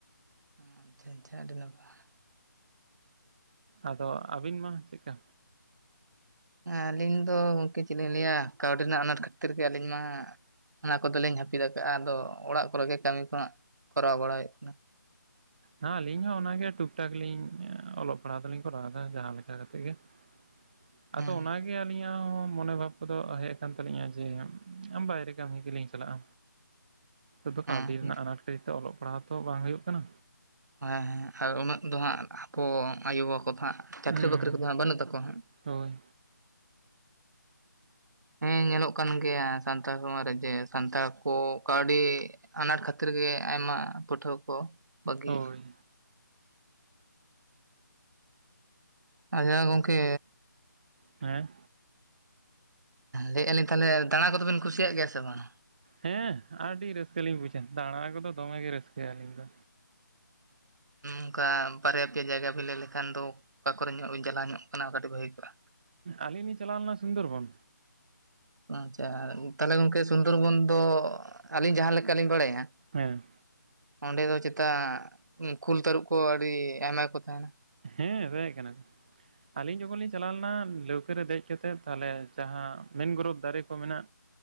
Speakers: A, on the right; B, on the right.
A: ᱟᱪᱷᱟ ᱪᱷᱟ ᱟ. ᱰᱤ ᱱᱟᱯᱟᱭ
B: ᱟᱫᱚ ᱟᱹᱵᱤᱱ ᱢᱟ ᱪᱮᱫᱠᱟ
A: ᱟᱹᱞᱤᱧ ᱫᱚ ᱜᱚᱢᱠᱤ ᱪᱮᱫ ᱞᱤᱧ ᱞᱟᱹᱭᱟ ᱠᱟᱹᱣᱰᱤ ᱨᱮᱱᱟᱜ ᱟᱱᱟᱴ ᱠᱷᱟᱹᱛᱤᱨ ᱜᱮ ᱟᱹᱞᱤᱧ ᱢᱟ ᱚᱱᱟ ᱠᱚᱫᱚᱞᱤᱧ ᱦᱟᱹᱯᱤᱫ ᱠᱟᱜᱼᱟ ᱟᱫᱚ ᱚᱲᱟᱜ ᱠᱚᱨᱮᱜᱮ ᱠᱟᱹᱢᱤ ᱠᱚ ᱠᱚᱨᱟᱣ ᱵᱟᱲᱟᱭᱮᱫ ᱠᱟᱱᱟ
B: ᱦ ᱟᱹᱞᱤᱧ ᱦᱚᱸ ᱚᱱᱟᱜᱮ ᱴᱩᱠ ᱴᱟᱠ ᱞᱤᱧ ᱚᱞᱚᱜ ᱯᱟᱲᱦᱟᱜ ᱫᱚᱞᱤᱧ ᱠᱚᱨᱟᱣᱫᱟ ᱡᱟᱦᱟᱸ ᱞᱮᱠᱟ ᱠᱟᱛᱮᱜ ᱜᱮ <inaudible> ᱟᱫᱚ
A: ᱦᱮᱸ
B: ᱚᱱᱟᱜᱮ ᱟᱹᱞᱤᱧᱟᱜ ᱦᱚᱸ ᱢᱚᱱᱮ ᱵᱷᱟᱵ ᱠᱚᱫᱚ ᱦᱮᱡ ᱟᱠᱟᱱ ᱛᱟᱹᱞᱤᱧᱟ ᱡᱮ ᱟ ᱵᱟᱭᱨᱮ ᱠᱟᱹᱢᱤ ᱜᱮᱞᱤᱧ ᱪᱟᱞᱟᱜᱼᱟ ᱟᱫᱚ
A: ᱦᱮᱸ
B: ᱠᱟᱹᱣᱰᱤ
A: ᱦᱮᱸ
B: ᱨᱮᱱᱟᱜ ᱟᱱᱟᱴ ᱠᱟᱹᱨᱤᱛᱮ ᱚᱞᱚᱜ ᱯᱟᱲᱦᱟᱜ ᱛᱚ ᱵᱟᱝ ᱦᱩᱭᱩᱜ ᱠᱟᱱᱟ
A: ᱦᱮᱸ ᱦᱮᱸ ᱟᱨ ᱩᱱᱟᱹᱜ ᱫᱚ ᱦᱟᱸᱜ ᱟᱵᱚ ᱟᱭᱩᱵᱟᱵᱟ ᱠᱚᱫᱚ ᱦᱟᱸᱜ ᱪᱟᱹᱠᱨᱤ
B: ᱦᱩᱸ
A: ᱵᱟᱹᱠᱨᱤ ᱠᱚᱫᱚ ᱦᱟᱸᱜ ᱵᱟᱹᱱᱩᱜ ᱛᱟᱠᱚᱣᱟ ᱦᱟᱸᱜ
B: ᱦᱳᱭ
A: ᱦᱮᱸ ᱧᱮᱞᱚᱜ ᱠᱟᱱ ᱜᱮᱭᱟ ᱥᱟᱱᱛᱟᱲ ᱥᱚᱢᱟᱡᱽ ᱨᱮ ᱡᱮ ᱥᱟᱱᱛᱟᱲ ᱠᱚ ᱠᱟᱹᱣᱰᱤ ᱟᱱᱟᱴ ᱠᱷᱟᱹᱛᱤᱨ ᱜᱮ ᱟᱭᱢᱟ ᱯᱟᱹᱴᱷᱩᱣᱟᱹ ᱠᱚ ᱵᱟᱹᱜᱤᱭᱮᱜᱼᱟ
B: ᱦᱳᱭ
A: ᱟᱪᱪᱷᱟ ᱜᱚᱝᱠᱮ
B: ᱦᱮᱸ
A: ᱦᱮᱸ ᱞᱟᱹᱭ ᱮᱫ ᱼᱟ ᱛᱟᱦᱚᱞᱮ ᱫᱟᱬᱟ ᱠᱚᱫᱚᱵᱤᱱ ᱠᱩᱥᱤᱭᱟᱜ ᱜᱮᱭᱟ ᱥᱮ ᱵᱟᱝ
B: ᱦᱮᱸ ᱟᱹᱰᱤ ᱨᱟᱹᱥᱠᱟᱹ ᱞᱤᱧ ᱵᱩᱡᱟ ᱫᱟᱬᱟ ᱠᱚᱫᱚ ᱫᱚᱢᱮ ᱜᱮ ᱨᱟᱹᱥᱠᱟᱹ ᱟᱹᱞᱤᱧ ᱫᱚ
A: ᱚᱱᱠᱟ ᱵᱟᱨᱭᱟ ᱯᱮᱭᱟ ᱡᱟᱭᱜᱟ ᱵᱤᱱ ᱞᱟᱹᱭ ᱞᱮᱠᱷᱟᱱ ᱫᱚ ᱚᱠᱟ ᱠᱚᱨᱮ ᱧᱚᱜ ᱵᱤᱱ ᱪᱟᱞᱟᱣ ᱧᱚᱜ ᱠᱟᱱᱟ ᱠᱟᱹᱴᱤᱡ ᱵᱷᱟᱜᱮ ᱠᱚᱜᱼᱟ
B: ᱟᱞᱤᱧᱞᱤᱧ ᱪᱟᱞᱟᱣ ᱞᱮᱱᱟ ᱥᱩᱱᱫᱚᱨᱵᱚᱱ
A: ᱟᱪᱪᱷᱟ ᱛᱟᱦᱚᱞᱮ ᱜᱚᱝᱠᱮ ᱥᱩᱱᱫᱚᱨᱵᱚᱱ ᱫᱚ ᱟᱹᱞᱤᱧ ᱡᱟᱦᱟᱸᱮ ᱞᱮᱠᱟᱞᱤᱧ ᱵᱟᱲᱟᱭᱟ
B: ᱦᱮᱸ
A: ᱚᱸᱰᱮ ᱫᱚ ᱪᱮᱛᱟ ᱠᱷᱩᱞ ᱛᱟᱹᱨᱩᱵ ᱠᱚ ᱟᱹᱰᱤ ᱟᱭᱢᱟ ᱠᱚ ᱛᱟᱦᱮᱱᱟ
B: ᱦᱮᱸ ᱛᱟᱦᱮᱡ ᱠᱟᱱᱟ ᱠᱚ ᱟᱹᱞᱤᱧ ᱡᱚᱠᱷᱚᱱ ᱞᱤᱧ ᱪᱟᱞᱟᱣ ᱞᱮᱱᱟ ᱞᱟᱹᱣᱠᱟᱹ ᱨᱮ ᱫᱮᱡ ᱠᱟᱛᱮᱫ ᱛᱟᱦᱚᱞᱮ ᱡᱟᱦᱟᱸ ᱢᱮᱱ ᱜᱨᱚᱯᱷ ᱫᱟᱨᱮ ᱠᱚ ᱢᱮᱱᱟᱜ